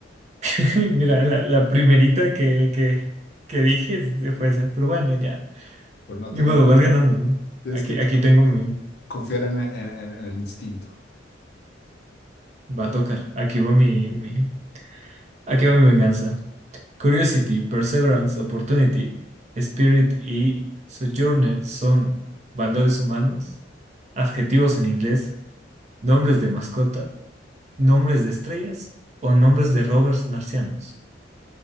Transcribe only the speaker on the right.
<laughs> mira, la, la primerita que, que, que dije fue esa. Pero bueno, ya,
ni
modo, vas
ganando, ¿no?
Aquí,
aquí
tengo mi,
va a tocar, aquí va mi, mi, Aquí va mi venganza. Curiosity, Perseverance, Opportunity, Spirit y Sojourner son valores humanos, adjetivos en inglés, nombres de mascota, nombres de estrellas o nombres de rovers marcianos.